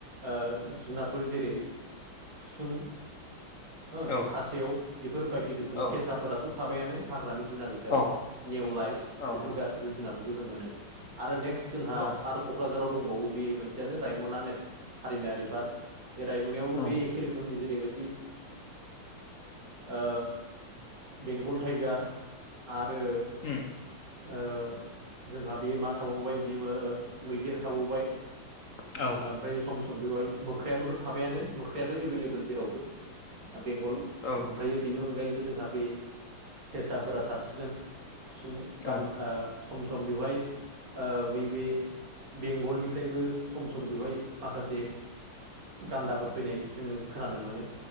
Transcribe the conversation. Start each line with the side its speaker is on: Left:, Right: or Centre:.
Right: ओ जुनारफोर जेरै खुसुं हो
Left: औ
Right: खासेव बेफोर बायदि रोखोम
Left: औ
Right: सेसाफोराथ थाबायानो हाग्रानि जुनार हिसाबै
Left: औ
Right: नेवलाय
Left: उम
Right: बेफोर गासैबो जुनारफोरखौ जों मोनो आरो नेक्स जोंहा
Left: उम औ
Right: आरो कक क्राझाराव दंबावो बे मोनसेयानो रायमना नेस हारिमायारि पार्क बे रायमनायावबो
Left: औ
Right: बे एखे रोखोमनि जेरैबायदि ओ बेंगल टाइगार आरो
Left: उम
Right: ओ जोंहा बे मा थाबावबाय बे ओ मैदेर थाबावबाय
Left: औ
Right: ओमफ्राय सम सम बेवहाय मोख्रायाबोथ थाबायानो मोख्रायाथ एभेलेबेल जेरावबो बेंगल
Left: औ
Right: ओमफायो बेनि अनगायैबो जोंहा बे सेसाफोरा थासिगोन खुसुं
Left: औ
Right: गान ओ सम सम बेवहाय ओ बैबे बेंगलनिफ्रायबो सम सम बेवहाय माखासे गान्दाफोर फैनाय जोङो खोनानो मोनो